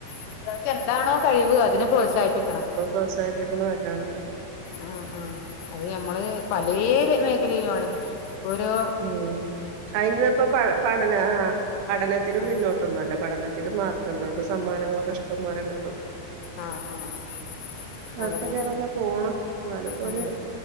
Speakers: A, on the left; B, on the right.
A: കുട്ട്യാൾക്ക് എന്താണോ കഴിവ് അതിനെ പ്രോത്സാഹിപ്പിക്കണം
B: പ്രോത്സാഹിപ്പിക്കുന്നത് നല്ലതാണല്ലോ
A: ആഹ് ആഹ് അത് ഞമ്മള് പലെ മേഖലയിലുവാണ് പ്പൊരു
B: ഉം അയിന്നപ്പം പ പഠനാ ആഹ് പഠനത്തിലും
A: ആഹ്
B: പിന്നോട്ടൊന്നുവല്ല പഠനത്തിലും മാർക്ക്‌ണ്ടോൽക്ക് സമ്മാനങ്ങളൊക്കെഷ്ടംപോലെ കിട്ടും
A: ആഹ് ആഹ്
B: കുഴപ്പമില്ലാതെ
A: അതെന്നെ
B: അങ്ങനെ പോണ് എന്നാലിപ്പോ
A: ഉം
B: ഒരു